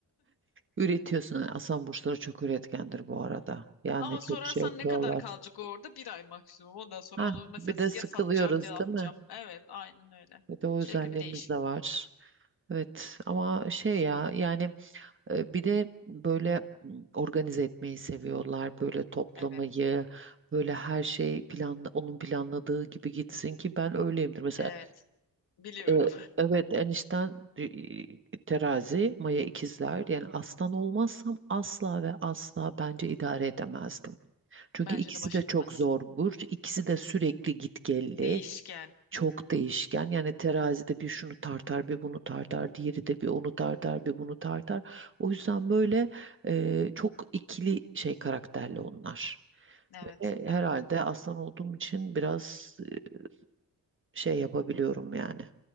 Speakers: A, on the right; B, on the left.
A: Üretiyorsun. Aslan burçları çok üretkendir bu arada. Yani
B: Ama
A: çok
B: sorarsan
A: şey yapıyorlar.
B: ne kadar kalacak o orada? Bir ay maksimum. Ondan sonra
A: Hah,
B: onu mesela
A: bir de sıkılıyoruz
B: ya satacağım ya atacağım.
A: değil mi?
B: Evet, aynen öyle.
A: Bir de o
B: Sürekli
A: özelliğimiz
B: bir değişiklik.
A: de var. Evet ama şey
B: Kesinlikle.
A: ya yani E, Bir de böyle m, organize etmeyi seviyorlar, böyle toplamayı,
B: Evet.
A: böyle her şey planla, onun planladığı gibi gitsin ki ben öyleyimdir. Mesela
B: Evet. Biliyorum.
A: e, evet enişten e, terazi, Maya ikizler.
B: <laughs>
A: Yani aslan olmazsam asla ve asla bence idare edemezdim. Çünkü
B: Bence
A: ikisi
B: de baş
A: de
B: edemezsin.
A: çok zor burç, ikisi de sürekli gitgelli
B: Değişken.
A: çok
B: Hmm.
A: değişken. Yani terazide bir şunu tartar, bir bunu tartar, diğeri de bir onu tartar, bir bunu tartar. O yüzden böyle e, çok ikili şey karakterli onlar.
B: Evet.
A: Ve
B: Evet.
A: herhalde aslan olduğum için biraz e, şey yapabiliyorum yani.